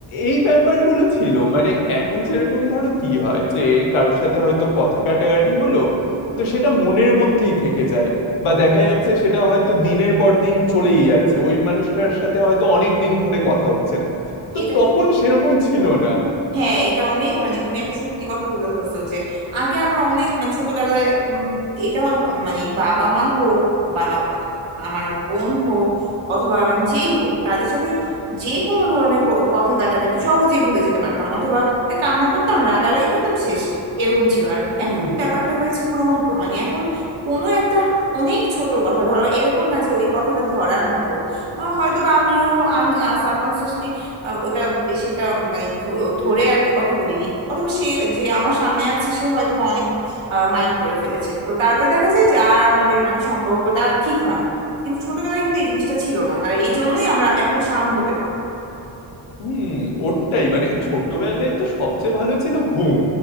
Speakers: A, on the left; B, on the right.
A: এই ব্যাপারগুলো ছিল মানে এখন যেরকম ধরো কি হয় যে কারোর সাথে হয়তো কথা কাটাকাটি হলো তো সেটা মনের মধ্যেই থেকে যায় বা দেখা যাচ্ছে সেটা হয়তো দিনের পর দিন চলেই যাচ্ছে ওই মানুষটার সাথে হয়তো অনেক দিন ধরে কথা হচ্ছে না তো
B: এটা
A: তখন
B: কিন্তু
A: সেরকম ছিল না
B: হ্যাঁ
A: তো,
B: এটা অনেক
A: মানে,
B: মানে তুমি একটা সত্যি কথা তুলে ধরছো যে আগে আমরা অনেক মানে ছোটবেলায় উম, এটা উম, মানে বাবা মা হোক বা আমার বোন হোক অথবা মানে যেই হোক তাদের সাথে যে কোনো ধরনের ক- কথা কাটাকাটি সহজেই ভুলে যেতে পারতাম অথবা এই কান্না করতাম রাগারাগি করতাম শেষ এরকম ছিল আর
A: হুম
B: এখন ব্যাপারটা হয়েছে পুরো উল্টো মানে এখন কোনো একটা অনেক ছোট কথা ধরো এরকম না যে ওই কথাটা ধরার মতো আহ, হয়তো বা আমিও আহ, ওটা বেশ একটা মানে ধ- ধরে আর কি কথা বলিনি অথবা সে যে আমার সামনে আছে সে হয়তো বা অনেক মাইন্ড করে ফেলেছে তো তারপর দেখা যায় যে আর আমাদের মানে সম্পর্কটা আর ঠিক হয় না কিন্তু ছোটবেলায় কিন্তু এই জিনিসটা ছিল না আর এই জন্যই আমরা এত বেশি আনন্দ পেতাম
A: হুম ওটাই মানে ছোটবেলায় তো সবচেয়ে ভালো ছিল ঘুম